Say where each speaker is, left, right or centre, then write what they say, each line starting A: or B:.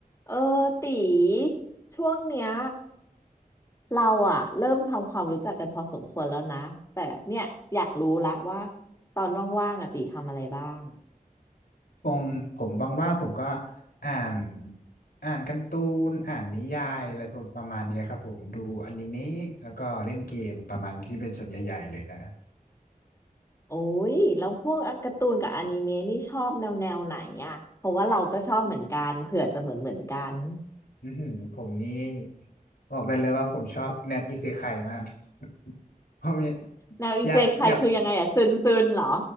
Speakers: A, on the left; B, on the left.
A: เออตีช่วงเนี้ยเราอะเริ่มทำความรู้จักกันพอสมควรแล้วนะแต่เนี่ยอยากรู้ละว่าตอนว่างๆอะตีทำอะไรบ้าง
B: ปงผมว่างๆผมก็อ่านอ่านการ์ตูนอ่านนิยายอะไรประมาณเนี้ยครับผมดูอนิเมะแล้วก็เล่นเกมประมาณที่เป็นส่วนใหญ่ๆเลยนะฮะ
A: โอ้ยแล้วพวกการ์ตูนกับอนิเมะนี่ชอบแนวแนวไหนอะเพราะว่าเราก็ชอบเหมือนกันเผื่อจะเหมือนเหมือนกัน
B: อือหือผมนี่บอกได้เลยว่าผมชอบแนวอิเซไคมาก <laughs> ผม
A: แนวอิเซไคคือยังไงอะซึนซึนเหรอ
B: อยากอยาก